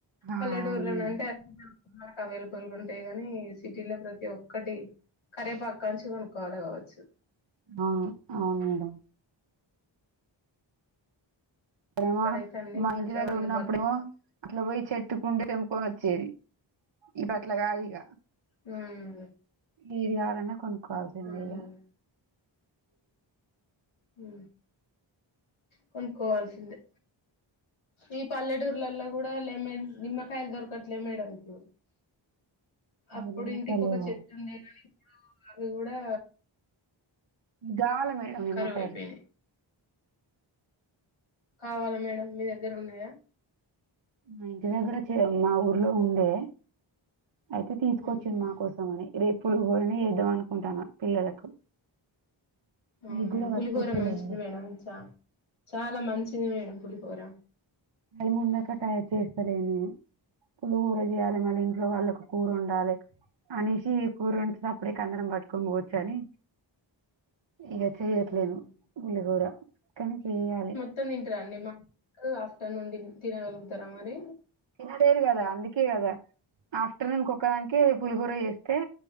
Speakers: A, on the right; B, on the left.
A: ఆ
B: పల్లెటూర్లనున్టే
A: అవును మేడం
B: <inaudible> కవేలబుల్గుంటయ్ గాని సిటీలో ప్రతి ఒక్కటి కరేపాక్ కాన్చి కొనుక్కోవాల గావచ్చు
A: అవును అవున్మేడం ప్పుడేమో
B: అక్కడైతే అన్ని
A: మా
B: కొంచెం
A: ఇంటి దెగ్గర
B: అందుబాటులో
A: ఉన్నప్పుడూ అట్లా పోయి చెట్టుకుండే తెంపుకొనొచ్చి ఇప్ అట్లా కాదిగ
B: హు మ్
A: ఏది కావాలన్నా కొనుక్కోవాల్సిందేయిగా
B: ఉమ్ హు కొనుక్కోవాల్సిందే ఈ పల్లెటూర్లల్ల కూడా లెమన్స్, నిమ్మకాయల్ దొరకట్లే మేడం ఇప్పుడు. అప్పుడు
A: మీరున్న
B: ఇంటికోక
A: కలేవా
B: చెట్టున్డే గాని ఇప్పుడు అవి కూడా.
A: గావాల్ల మేడం నిమ్మకాయలు
B: కరువు అయిపోయినాయి కావాలా మేడ మీ దెగ్గరున్నాయా
A: మా ఇంటి దెగ్గర చే మా ఊర్లో ఉండే, అయితే తీసుకొచ్చిన్
B: ఉహు
A: మా కోసం అని. రేప్ పులిహొరన్న ఏద్దాం అనుకుంటాన్న పిల్లలకు
B: అవున్మేడం
A: మీకు కూడా పట్టుకొస్తలేండి
B: పులిహోర మంచిది మేడం, చ చాలా మంచిది మేడం పులిహోర.
A: టైం మున్డక టై చేస్తలే నేను పులిహోర జేయాలే మల్లి ఇంట్లో వాళ్లకు కూరొన్డాలె అనేసి ఇగ్ కూరోన్డుతే సప్పుడేక, అందరం పట్టుకొన్పోవచ్చని ఇగ. చేయట్లేను
B: అవును
A: గుల్లిహొరా కానీ చేయ్యాలి
B: త్తం తింటారాన్డి మా <inaudible> ఆఫ్టర్నూన్ తిన్ తినగలుగుతరా మరి
A: తినలేేరు కదా అందుకే కదా ఆఫ్టర్నూన్ కొక్కదాన్కే పులిహోర ఎ <unintelligible> తే